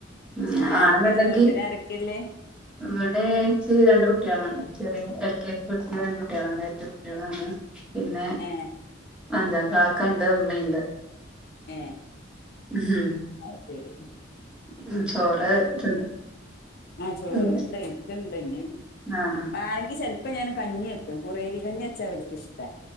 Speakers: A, in the centre; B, on the left.
A: ഉം
B: ആരൊക്കെല്ലേ
A: ആണെന്നുണ്ടെങ്കിൽ
B: വീട്ടില് ആരൊക്കെല്ലേ
A: ഇവിടെക്ക് രണ്ട് <inaudible> കുട്ടികളാണ് ചെറിയ എൽ കെ ജി പഠിക്കുന്ന കുട്ടികളാണ് എന്റെ കുട്ടികളാണ് പിന്നെ
B: ഏ
A: എന്താ കാക്കണ്ട് ഇമ്മീംണ്ട്
B: ഏ
A: ഉം
B: അത് ശരി
A: ഉം ചോറ് തിന്ന്
B: ആ ചോറ്ണ്ട്
A: ഉം
B: ഇക്കണ്ട് ഇനി
A: ആഹ്
B: വാണെങ്കി ചെലപ്പോ ഞാൻ കഞ്ഞി വക്കും കുറേരി കഞ്ഞി വച്ചാ ഇവര്ക്കിഷ്ടാ